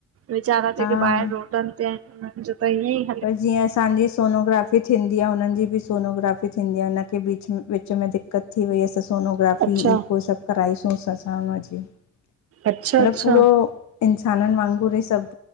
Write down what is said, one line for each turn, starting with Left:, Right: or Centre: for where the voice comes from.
Right: वैचारा ॼेके
Left: हा
Right: ॿाहर रोडन ते आहिन न उन्हन ॼो त ईयंई
Left: पर ॼीअं असांॼी सोनोग्राफी थींदी आ हुननि ॼी ॿि सोनोग्राफी थींदी। ॼींअं हिनखे भी में विच में दिक़त थी वई असां सोनोग्राफी
Right: अच्छा
Left: ईको सब कराई सुस असां हुन जी मतलब
Right: अच्छा अच्छा
Left: पूरो इंसाननि वांगुर ई सब